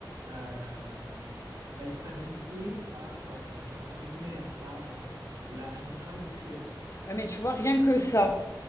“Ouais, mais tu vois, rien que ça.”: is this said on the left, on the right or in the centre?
Left